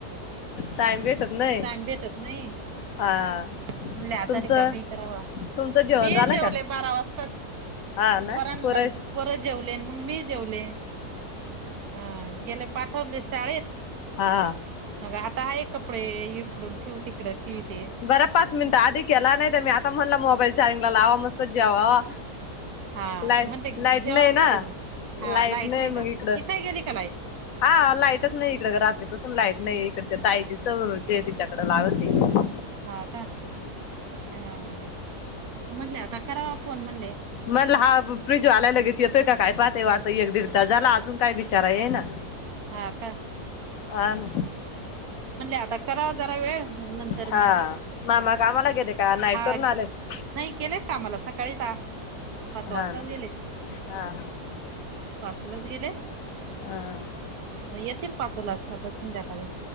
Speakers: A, on the right (about 70°); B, on the left (about 65°).
A: टाईम
B: टाइम भेटत नाही
A: भेटत नाही.
B: हा
A: ह म्हणले आता
B: तुमचं
A: रिकामी आहे. करावा
B: तुमचं जेवण
A: ते
B: झालं
A: जेवले
B: का
A: बारा वाजताच.
B: हा ना
A: पोर
B: पुरस
A: जेवले मग मी जेवले. हा गेले पाठवले शाळेत.
B: हा.
A: मग आता हा एक कपडे इकडून ठेव तिकड ठेवते.
B: बरं पाच मिनिटं आधी केला नाही तर मी आता म्हणला मोबाईल चार्जिंगला लावा मस्त. <inaudible>
A: हा
B: लाईट
A: म्हणले घ्यावा
B: लाईट नाही ना
A: करून हा
B: लाईट नाही मग
A: का
B: इकडं.
A: तिथे गेली का लाईट
B: हा लाईटच नाही इकड रात्रीपासून लाईट नाही. इकड ताईची सौ जे तिच्याकडे लावते.
A: हा का हा हा म्हटले आता करावा फोन म्हंणले.
B: मला हा फिजवालायला लगेच येतोय काय पाहय वाटतं एक दीड तास झाला अजून काय बिचारा येईना ना.
A: हा का
B: हा ना
A: म्हणलो आता कराव जरा वेळ. मग नंतर
B: हा
A: मग
B: मामा कामाला गेले का नाही
A: हा
B: करून आलेत.
A: नाही गेलेत कामाला सकाळीच पाच
B: हा
A: वाजताच
B: ना
A: गेलेत.
B: हा
A: पाचलाच गेलं.
B: हा.
A: मग येतील पाचलाच आता संध्याकाळी.